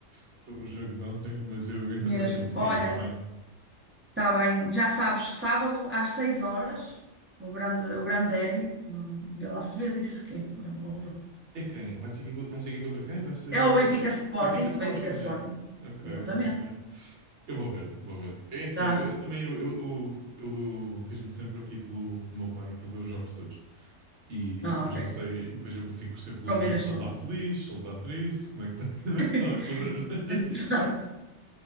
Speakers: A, on the right; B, on the right.
A: sobre o jogo de ontem, mas eu entretanto
B: mesmo.
A: tenho que sair,
B: Olha,
A: tá bem?
B: está bem. Já sabes, sábado às seis horas, o grande, o grande derby no Vila Acebes, isso que é um bom jogo.
A: É quem? Vai ser quem, vai ser quem contra quem? Vai ser o
B: É o Benfica
A: Benf-
B: Sporting,
A: Benfica Sporting,
B: Benfica
A: né?
B: Sporting.
A: Ok,
B: Exatamente.
A: ok. Eu vou ver, vou ver. É assim,
B: Tá.
A: eu, eu também eu, eu, eu, eu rejo-me sempre aqui pelo, pelo meu pai que ele vê os jogos todos. E,
B: Ah,
A: e depois
B: ok.
A: eu sei, depois eu consigo perceber pelos
B: Combinas
A: gritos se
B: com
A: ele está
B: ele.
A: feliz, se ele está triste, se como é que está, <laughs> como
B: <laughs>
A: é que está a correr. <laughs>
B: Exato.